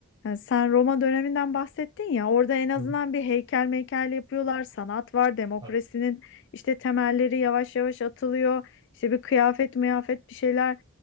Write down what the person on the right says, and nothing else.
Hı hı.
tabii,